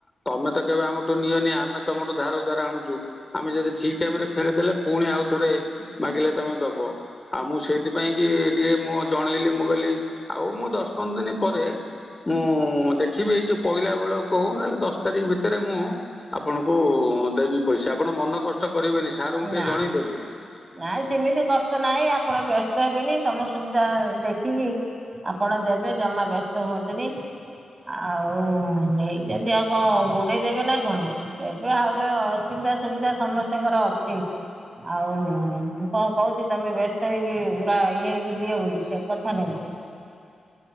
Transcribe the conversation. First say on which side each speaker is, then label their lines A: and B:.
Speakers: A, on the left; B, on the right.
A: ତମେ ତ କେବେ ଆମଠୁ ନିଅନି ଆମେ ତମଠୁ ଧାର ଉଧାର ଆଣୁଛୁ। ଆମେ ଯଦି ଠିକ ଟାଇମରେ ଫେରେଇଦେଲେ ପୁଣି ଆଉ ଥରେ ମାଗିଲେ ତମେ ଦବ। ଆଉ ମୁଁ ସେଇଥିପାଇଁ କି ଟିକେ ମୁଁ ଜଣେଇଲି ମୁଁ କହଲି ଆଉ ମୁଁ ଦଶ ପନ୍ଦର ଦିନ ପରେ ମୁଁ ଦେଖିବି ଏଇ ଯୋଉ ପହିଲା ବେଳକୁ ନହେଲେ ଦଶ ତାରିଖ ଭିତରେ ମୁଁ ଆପଣଙ୍କୁ ଦେବି ପଇସା। ଆପଣ ମନ କଷ୍ଟ କରିବେନି ସାର ଙ୍କୁ ଟିକେ
B: ନା
A: ଜଣେଇଦେବେ।
B: ନାଇଁ ସେମିତି କଷ୍ଟ ନାହିଁ ଆପଣ ବ୍ୟସ୍ତ ହେବେନି ତମ ସୁବିଧା ଦେଖିକି ଆପଣ ଦେବେ ଜମା ବ୍ୟସ୍ତ ହୁଅନ୍ତୁନି। ଆଉ ନେଇଚନ୍ତି ଆଉ କଣ ଘୋଡେଇ ଦେବେ ନା କଣ ଦେବେ ହାଉଲେ ଅ ସୁବିଧା ସୁବିଧା ସମସ୍ତଙ୍କର ଅଛି ଆଉ ହୁଁ ମୁଁ କଣ କହୁଚି ତମେ ବ୍ୟସ୍ତ ହେଇକି ପୁରା ଇଏ ହେଇକି ଦିଅ ବୋଲି। ସେ କଥା ନାଇଁ
A: <inaudible>